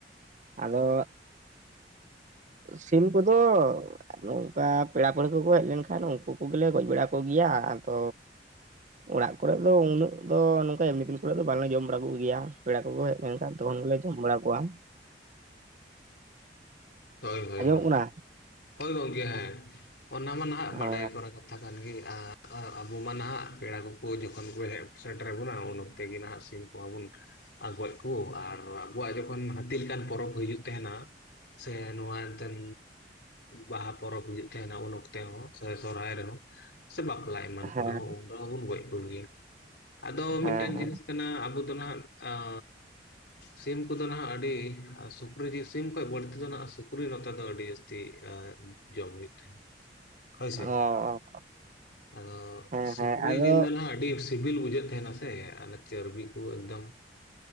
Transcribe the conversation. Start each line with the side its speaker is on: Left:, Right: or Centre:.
Right: ᱟᱫᱚ ᱥᱤᱢ ᱠᱚᱫᱚ ᱟᱫᱚ ᱱᱚᱝᱠᱟ ᱯᱮᱲᱟ ᱯᱟᱹᱲᱟᱹ ᱠᱚᱠᱚ ᱦᱮᱡ ᱞᱮᱱᱠᱷᱟᱱ ᱩᱱᱠᱩ ᱠᱚᱜᱮᱞᱮ ᱜᱚᱡ ᱵᱟᱲᱟ ᱠᱚᱜᱮᱭᱟ ᱟᱫᱚ ᱚᱲᱟᱜ ᱠᱚᱨᱮᱫ ᱫᱚ ᱩᱱᱟᱹᱜ ᱫᱚ ᱱᱚᱝᱠᱟ ᱮᱢᱱᱤ ᱫᱤᱱ ᱠᱚᱨᱮ ᱫᱚ ᱵᱟᱝᱞᱮ ᱡᱚᱢ ᱵᱟᱲᱟ ᱠᱚ ᱜᱮᱭᱟ ᱾ ᱯᱮᱲᱟ ᱠᱚᱠᱚ ᱦᱮᱡ ᱞᱮᱱ ᱠᱷᱟᱱ ᱛᱚᱠᱷᱚᱱ ᱜᱮᱞᱮ ᱡᱚᱢ ᱵᱟᱲᱟ ᱠᱚᱣᱟ ᱾
Left: ᱦᱳᱭ ᱦᱳᱭ
Right: ᱟᱸᱡᱚᱢᱚᱜ
Left: ᱦᱳᱭ
Right: ᱠᱟᱱᱟ
Left: ᱦᱳᱭ ᱜᱚᱢᱠᱮ ᱦᱮᱸ ᱚᱱᱟ ᱢᱟ ᱱᱟᱦᱟᱸᱜ ᱵᱟᱰᱟᱭ
Right: ᱦᱮᱸ
Left: ᱠᱚᱨᱟ ᱠᱟᱛᱷᱟ ᱠᱟᱱ ᱜᱮ ᱟᱨ ᱟᱵᱚ ᱢᱟ ᱱᱟᱦᱟᱜ ᱯᱮᱲᱟ ᱠᱚᱠᱚ ᱡᱚᱠᱷᱚᱱ ᱠᱚ ᱦᱮᱡ ᱥᱮᱴᱮᱨ ᱟᱵᱩᱱᱟ ᱩᱱ ᱚᱠᱛᱮ ᱜᱮ ᱱᱟᱦᱟᱜ ᱥᱤᱢ ᱾ ᱠᱚᱣᱟ ᱵᱩᱱ ᱜᱚᱡ ᱠᱩ ᱟᱨ ᱟᱵᱚᱣᱟᱜ ᱡᱚᱠᱷᱚᱱ ᱦᱟᱹᱛᱤ ᱞᱮᱠᱟᱱ ᱯᱚᱨᱚᱵᱽ ᱦᱩᱭᱩᱜ ᱛᱟᱦᱮᱱᱟ ᱾ ᱥᱮ ᱱᱚᱣᱟ ᱮᱱᱛᱮᱱ ᱵᱟᱦᱟ ᱯᱚᱨᱚᱵᱽ ᱦᱩᱭᱩᱜ ᱛᱟᱦᱮᱱᱟ ᱩᱱ ᱚᱠᱛᱮ ᱦᱚᱸ ᱥᱚᱭ ᱥᱚᱨᱦᱟᱭ ᱨᱮᱦᱚᱸ ᱾ ᱥᱮ ᱵᱟᱯᱞᱟ ᱮᱢᱟᱱ
Right: ᱦᱮᱸ
Left: ᱠᱚᱨᱮ ᱦᱚᱸ ᱩᱱ ᱫᱚ ᱵᱚᱱ ᱜᱚᱡ ᱠᱚ ᱜᱮᱭᱟ ᱾ ᱟᱫᱚ
Right: ᱦᱮᱸ
Left: ᱢᱤᱫᱴᱮᱱ
Right: ᱦᱮᱸ
Left: ᱡᱤᱱᱤᱥ ᱠᱟᱱᱟ ᱟᱵᱚ ᱫᱚ ᱱᱟᱦᱟᱜ ᱟᱸ ᱥᱤᱢ ᱠᱚᱫᱚ ᱱᱟᱦᱟᱜ ᱟᱹᱰᱤ, ᱥᱩᱠᱨᱤ ᱡᱤᱞ ᱥᱤᱢ ᱠᱷᱚᱡ ᱵᱟᱹᱲᱛᱤ ᱱᱚᱛᱮ ᱫᱚ ᱱᱟᱸᱜ ᱥᱩᱠᱨᱤ ᱱᱚᱛᱮ ᱫᱚ ᱟᱹᱰᱤ ᱡᱟᱹᱥᱛᱤ ᱡᱚᱢ ᱦᱩᱭᱩᱜ ᱛᱟᱦᱮᱱᱟ᱾ ᱦᱳᱭ ᱥᱮ
Right: ᱚ
Left: ᱟᱫᱚ
Right: ᱦᱮᱸ
Left: ᱥᱩᱠᱨᱤ
Right: ᱦᱮᱸ ᱟᱫᱚ
Left: ᱡᱤᱞ ᱫᱚ ᱱᱟᱦᱟᱜ ᱟᱹᱰᱤ ᱥᱤᱵᱤᱞ ᱵᱩᱡᱷᱟᱹᱜ ᱛᱟᱦᱮᱱᱟ ᱥᱮ ᱚᱱᱮ ᱪᱟᱨᱵᱤ ᱠᱩ ᱮᱠᱫᱚᱢ